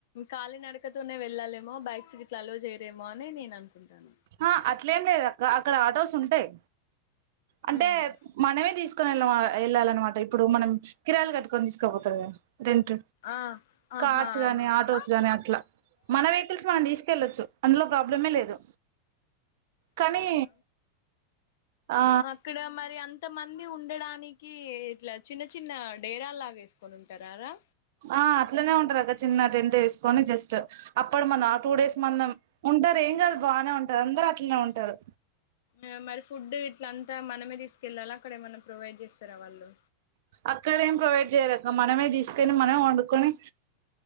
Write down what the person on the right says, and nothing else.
ఆ అట్లేం లేదు అక్క అక్కడ ఆటోస్ ఉంటాయి అంటే
మనమే తీసుకు తీసుకొని వెళ్ళ వెళ్ళాలన్నమాట ఇప్పుడు మనం కిరాలు కట్టుకొని తీసుకోపోతరు కదా రెంట్
కార్స్ గాని ఆటోస్ గానీ అట్లా మన వెహికల్స్ మనం తీసుకెళ్ళొచ్చు అందులో ప్రాబ్లమే లేదు కానీ
ఆ
ఆ అట్లనే ఉంటారక్క చిన్న రెండు వేసుకొని జస్ట్ అప్పుడు మనం ఆ టూ డేస్ మనం ఉంటారు ఏం కాదు బానే ఉంటారు అందరు అట్లనే ఉంటారు
అక్కడ ఏం ప్రొవైడ్ చేయరక్క మనమే తీసుకని మనం వండుకొని